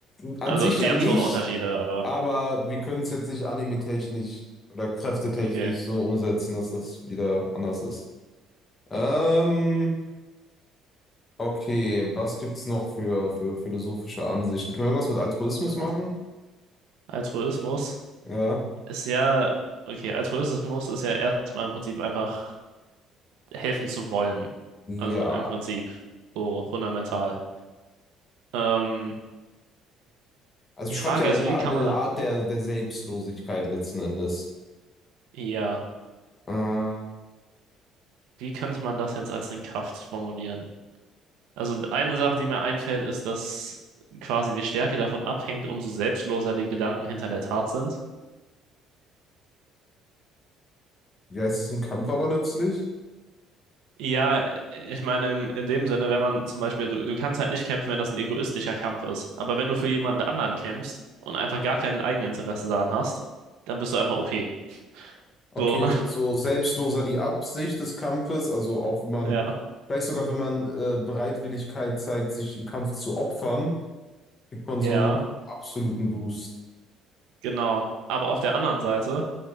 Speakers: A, on the left; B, on the right.
A: an
B: Also,
A: sich
B: die
A: ja nicht,
B: haben schon Unterschiede, aber
A: aber wir können es jetzt nicht anime-technisch oder kräftetechnisch
B: okay.
A: so umsetzen, dass das wieder anders ist. Ähm, okay, was gibt's noch für, für philosophische Ansichten? Können wir irgendwas mit Altruismus
B: Warte.
A: machen?
B: Altruismus
A: Ja,
B: ist ja, okay, Altruismus ist ja erstmal im Prinzip einfach helfen zu wollen. Also
A: ja.
B: im Prinzip so fundamental. Ähm,
A: Also
B: die
A: schreibt
B: Frage
A: ja
B: ist,
A: eine,
B: wie
A: eine
B: kann man da,
A: Art der, der Selbstlosigkeit letzten Endes.
B: ja,
A: Äh, ja,
B: wie könnte man das jetzt als eine Kraft formulieren? Also, eine Sache, die mir einfällt, ist, dass quasi die Stärke davon abhängt, umso selbstloser die Gedanken hinter der Tat sind.
A: es ist im Kampf aber nützlich.
B: Ja, ich meine, in, in dem Sinne, wenn man zum Beispiel, du, du kannst halt nicht kämpfen, wenn das ein egoistischer Kampf ist. Aber wenn du für jemand anderen kämpfst und einfach gar kein Eigeninteresse daran hast, dann bist du einfach OP.
A: Okay,
B: So,
A: und so selbstloser die Absicht des Kampfes, also auch wenn man,
B: <laughs> ja,
A: vielleicht sogar wenn man äh, Bereitwilligkeit zeigt, sich im Kampf zu opfern, kriegt man
B: ja,
A: so einen absoluten Boost.
B: genau. Aber auf der anderen Seite,